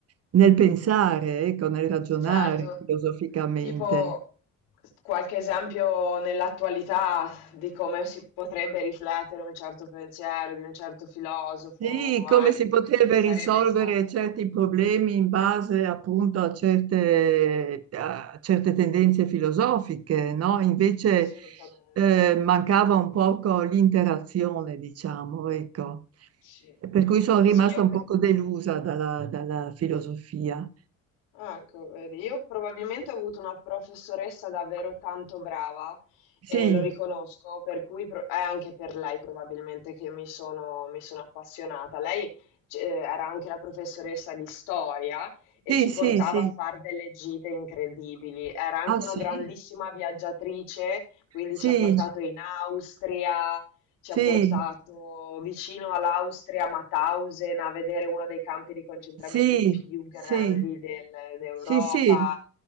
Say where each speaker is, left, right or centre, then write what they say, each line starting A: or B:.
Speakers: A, on the right; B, on the left.
A: nel pensare, ecco, nel ragionare
B: Certo,
A: filosoficamente.
B: tipo qualche esempio nell'attualità di come si potrebbe riflettere un certo pensiero di un certo filosofo,
A: Sì, come
B: anche
A: si poteva
B: sarebbe
A: risolvere
B: stato
A: certi
B: eh,
A: problemi in base appunto a certe, a certe tendenze filosofiche, no? Invece
B: assolutamente
A: eh, mancava un poco l'interazione, diciamo, ecco.
B: sì.
A: Per cui sono rimasta
B: Sì, io
A: un
B: cre-
A: poco delusa dalla, dalla filosofia.
B: Ah, Ecco, vedi, io probabilmente ho avuto una professoressa davvero tanto brava
A: Sì,
B: e lo riconosco, per cui pro- è anche per lei probabilmente che mi sono, mi sono appassionata. Lei eh, era anche la professoressa di storia e
A: sì,
B: ci
A: sì,
B: portava
A: sì.
B: a fare delle gite incredibili. Era anche
A: Ah, sì?
B: una grandissima viaggiatrice, quindi
A: Sì,
B: ci ha portato in Austria, ci
A: sì,
B: ha portato vicino all'Austria, a Mauthausen, a vedere uno dei campi di concentramento
A: sì,
B: più grandi
A: sì,
B: del d'Europa,
A: sì, sì,